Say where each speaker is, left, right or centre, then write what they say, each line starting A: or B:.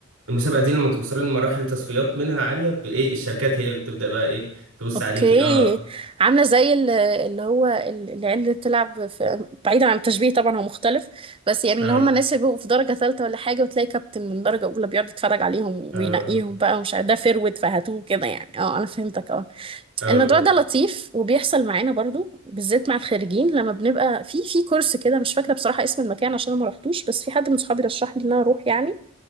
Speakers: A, on the right; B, on the right.
A: المسابقة دي لما توصلي لمراحل تصفيات منها عالية بإيه الشركات هي اللي بتبدأ بقى إيه تبص
B: اوكي
A: عليكي أه
B: عامله زي ال- اللي هو ال- العيال اللي بتلعب في بعيدا عن التشبيه طبعا هو مختلف بس يعني
A: أه
B: اللي هم الناس اللي بيبقوا في درجه ثالثه ولا حاجه وتلاقي كابتن من درجه اولى بيقعد يتفرج عليهم
A: أه
B: وينقيهم بقى ومش عارف ده فرود فهاتوه كده يعني اه انا فهمتك اه
A: أه
B: الموضوع
A: أه
B: ده لطيف وبيحصل معانا برضو بالذات مع الخريجين لما بنبقى في في كورس كده مش فاكره بصراحه اسم المكان عشان أنا ما رحتوش بس في حد من صحابي رشح لي ان انا اروح يعني